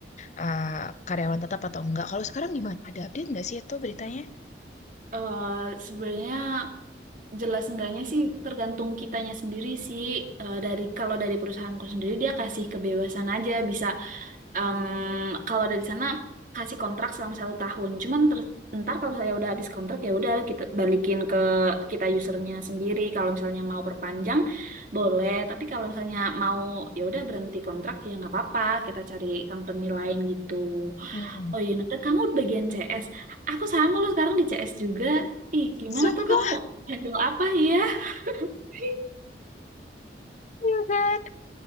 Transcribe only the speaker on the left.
eh, karyawan tetap atau enggak. Kalau sekarang gimana? Ada update nggak sih itu beritanya?
Hmm.
Sumpah,
ya kan?